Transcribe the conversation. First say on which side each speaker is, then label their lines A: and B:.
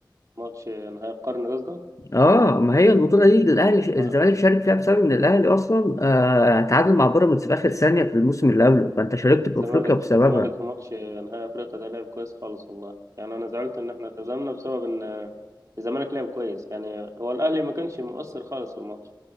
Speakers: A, on the right (about 40°); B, on the left (about 40°).
A: ماتش نهائي القرن قصدك
B: اه ما هي البطوله دي الاهلي ش... الزمالك
A: آه،
B: شارك فيها بسبب ان الاهلي اصلا آه تعادل مع بيراميدز في اخر ثانيه في الموسم اللي قبله فانت شاركت في
A: الزمالك
B: افريقيا بسببها
A: الزمالك في ماتش نهائي افريقيا ده لعب كويس خالص والله يعني انا زعلت ان احنا هزمنا بسبب ان الزمالك لعب كويس يعني هو الاهلي ما كانش مؤثر خالص في الماتش